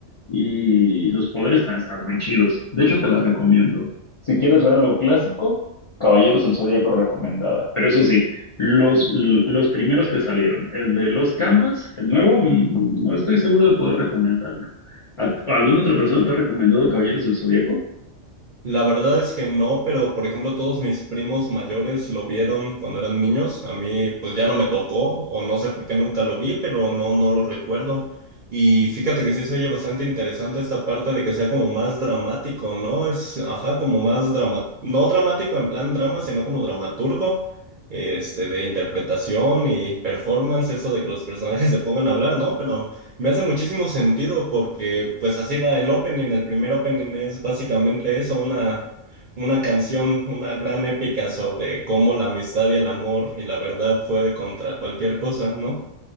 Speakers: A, on the left (about 55°); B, on the right (about 60°).
A: Y los poderes también están muy chidos. De hecho, te las recomiendo. Si quieres ver algo clásico, Caballeros del Zodíaco recomendada. Pero eso sí, los, l- los primeros que salieron, el de los Canvas, el nuevo, mm, no estoy seguro de poder recomendarlo. ¿A- ¿Alguna otra persona te ha recomendado Caballeros del Zodíaco?
B: La verdad es que no, pero por ejemplo todos mis primos mayores lo vieron cuando eran niños. A mí pues ya no me tocó o no sé por qué nunca lo vi, pero no, no lo recuerdo. Y fíjate que sí se oye bastante interesante esta parte de que sea como más dramático, ¿no? Es, ajá, como más drama, no dramático en plan drama, sino como dramaturgo, este, de interpretación y performance, eso de que los personajes <laughs> se pongan a hablar, ¿no? Pero... Me hace muchísimo sentido porque pues así va el opening. El primer opening es básicamente eso, una, una canción, una gran épica sobre cómo la amistad y el amor y la verdad puede contra cualquier cosa, ¿no?